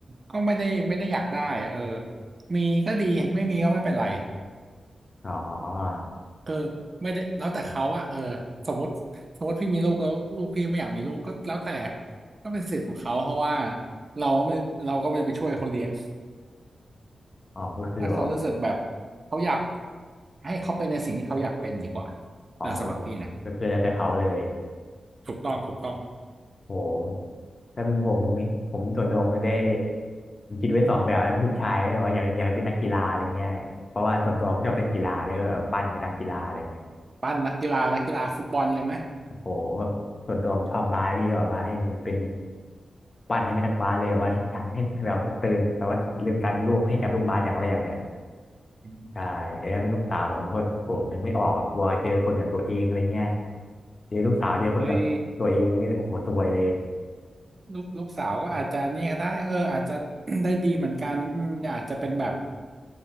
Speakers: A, on the right (about 45°); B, on the left (about 45°).
A: ก็ไม่ได้ไม่ได้อยากได้เออมีก็ดีไม่มีก็ไม่เป็นไร
B: อ๋อ
A: เออไม่ได้แล้วแต่เขาอะเออสมมติสมมติพี่มีลูกแล้วลูกพี่ไม่อยากมีลูกก็แล้วแต่ก็เป็นสิทธิ์ของเขาเพราะว่าเราก็ไม่เราก็ไม่ไปช่วยเขาเลี้ยง
B: อ๋อก็คือแบบ
A: ถ้าเขารู้สึกแบบเขาอยากให้เขาเป็นในสิ่งที่เขาอยากเป็นดีกว่า
B: อ๋อก
A: เออสำหรับพี่นะ
B: ็คือแล้วแต่เขาเลย
A: ถูกต้องถูกต้อง
B: โหถ้าเป็นผมผมผมส่วนตัวผมได้ผมคิดไว้สองแบบแล้วเป็นลูกชายไม่ว่าอยากอยากเป็นนักกีฬาอะไรเงี้ยเพราะว่าส่วนตัวผมชอบเป็นกีฬาเลยก็แบบปั้นเป็นนักกีฬาอะไรเงี้ย
A: ปั้นนักกีฬานักกีฬาฟุตบอลเลยไหม
B: โอ้โหแบบส่วนตัวผมชอบบาสพี่ก็แบบว่าให้เป็นปั้นให้เป็นนักบาสเลยแบบว่าให้จำให้แบบว่าตื่นแบบว่าลืมตาดูโลกให้จับลูกบาสอย่างแรกเลยอะ
A: อืม
B: ใช่แล้วถ้าเป็นลูกสาวผมก็โอ้โหนึกไม่ออกอะกลัวเจอคนแบบตัวเองอะไรเงี้ยเจอลูกสาวเจอคนแบบตัวเองนี่โอ้โหตัวยเลย
A: เฮ้ยลูกลูกสาวก็อาจจะเนี่ยได้เอออาจจะ <coughs> <clears throat> ได้ดีเหมือนกันอืมอาจจะเป็นแบบ